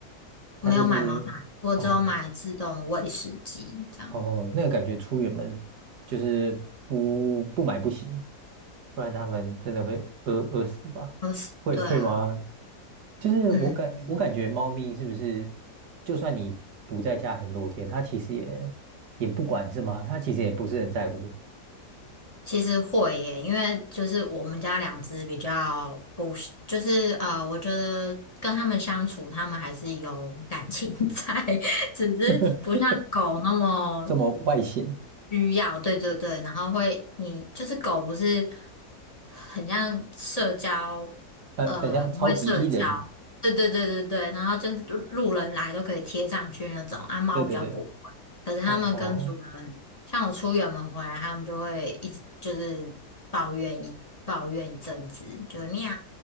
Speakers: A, on the right; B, on the left.
A: 它就是
B: 没有买毛砂，我只有买自动喂食机这样。
A: 哦哦，那个感觉出远门就是不不买不行。不然他们真的会饿饿死吧？
B: 哦，是对啊，
A: 会会吗？就是我感我感觉猫咪是不是，
B: 嗯。
A: 就算你不在家很多天，它其实也也不管是吗？它其实也不是很在乎，
B: 其实会耶，因为就是我们家两只比较不是就是呃，我觉得跟它们相处，它们还是有感情 <laughs> 在，只是不像狗那么
A: <laughs> 这么外显，
B: 需要。对对对，然后会你就是狗不是。很像社交，
A: 呃，
B: 呃，
A: 很像超级
B: 很会社交。
A: E 人。
B: 对对对对对，然后就是路路人来都可以贴上去那种，啊，猫比较不会。
A: 对对对，
B: 可是他们跟主人，
A: 哦哦
B: 像我出远门回来，他们就会一直就是抱怨一抱怨一阵子，就是喵，